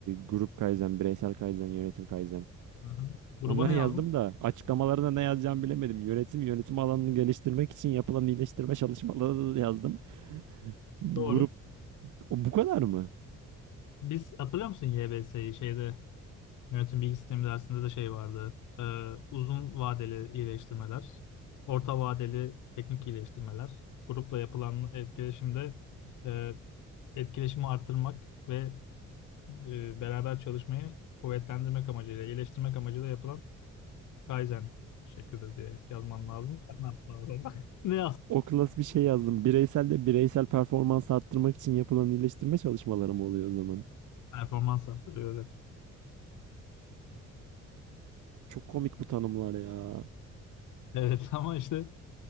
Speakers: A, on the right (about 80°); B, on the left (about 80°).
A: grup Kaizen, bireysel Kaizen, yönetim Kaizen.
B: Hı-hı. Gruba
A: Onları
B: ne yazdın?
A: yazdım da açıklamalarına ne yazacağımı bilemedim. Yönetim, yönetim alanını geliştirmek için yapılan iyileştirme çalışmaları da yazdım. Grup
B: Doğru.
A: o bu kadar mı?
B: Biz hatırlıyor musun YBS'yi şeyde yönetim bilgi sistemi dersinde de şey vardı. Ee, uzun vadeli iyileştirmeler, orta vadeli teknik iyileştirmeler, grupla yapılan etkileşimde e, etkileşimi arttırmak ve e, beraber çalışmayı kuvvetlendirmek amacıyla, iyileştirmek amacıyla yapılan Kaizen şeklidir diye yazman lazım. Sen ne yaptın orada? <laughs> Ne yazdın?
A: O klas bir şey yazdım. Bireysel de bireysel performans arttırmak için yapılan iyileştirme çalışmaları mı oluyor o zaman?
B: Performans arttırıyor evet.
A: Çok komik bu tanımlar ya.
B: Evet <laughs> ama işte